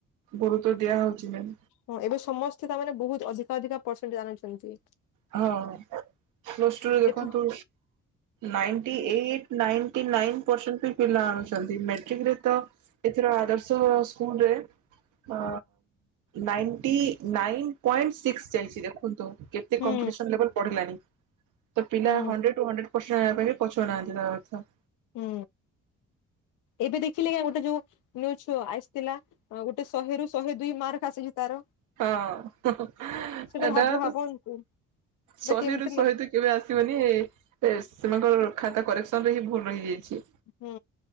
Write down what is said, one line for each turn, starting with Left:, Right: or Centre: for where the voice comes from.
Right: ଗୁରୁତ୍ୱ ଦିଆ ହଉଛି ନା
Left: ହଁ ଏବେ ସମସ୍ତେ ତାମାନେେ ବହୁତ ଅଧିକା ଅଧିକା ପରସେଣ୍ଟେ ଆଣୁଛନ୍ତି।
Right: ହଁ ପ୍ଲସ୍ ଟୁରେ ଦେଖନ୍ତୁ
Left: ଏଥ
Right: ninety eight ninety nine percent ଫ ପିଲା ଆଣୁଛନ୍ତି। ମେଟ୍ରିକରେ ତ ଏଥର ଆଦର୍ଶ ସ୍କୁଲରେ ଆ ନାଇନଟି ନାଇନ୍ ପଏଣ୍ଟ ସିକ୍ସ ଯାଇଛି ଦେଖନ୍ତୁ କେ କେତେ
Left: ହୁଁ
Right: କମ୍ପିଟିସନ ଲେବେଲ ବଢ଼ିଲାନି ତ ପିଲା
Left: ହୁଁ
Right: ହୁଣ୍ଡ୍ରେଡ ଟୁ ହୁଣ୍ଡ୍ରେ ପରସେଣ୍ଟ ଆଣିବା ପାଇଁ ବି ପଛଉନାହାନ୍ତି ତା ଅର୍ଥ
Left: ହୁଁ ଏବେ ଦେଖିଲେ ଆଉ ଗୋଟେ ଯୋଉ ନିଉଜ୍ ଆସିଥିଲା ଗୋଟେ ଶହେରୁ ଶହେ ଦୁଇ ମାର୍କ ଆସିଛି ତାର
Right: ହଁ,
Left: ସେଟା
Right: ଏଟା
Left: ଭାବ ଭାବନ୍ତୁ
Right: ତ
Left: ସେଟା
Right: ଶହେ
Left: କେମିତି
Right: ରୁ ଶହେ
Left: ମା
Right: ଦୁ ଦୁଇ କେବେ ଆସିବନି, ସେମାନଙ୍କର ଖାତା କରେକ୍ସନ ରେ ହିଁ ଭୁଲ ରହିଯାଇଚି।
Left: ହୁଁ,